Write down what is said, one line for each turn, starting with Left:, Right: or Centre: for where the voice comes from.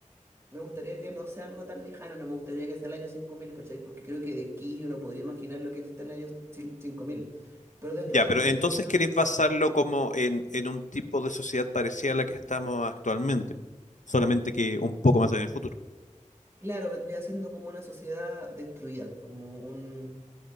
Right: Me gustaría que no sea algo tan lejano, no me gustaría que sea el año 5000, ¿cachai? Porque creo que de aquí yo no podría imaginar lo que existe en el año ci- cinco mil Pero dentro
Left: Ya,
Right: de
Left: pero
Right: mi imaginación,
Left: entonces queréis basarlo como en, en un tipo de sociedad parecida a la que estamos actualmente, solamente que un poco más allá en el futuro.
Right: claro, vendría siendo como una sociedad destruida, como un,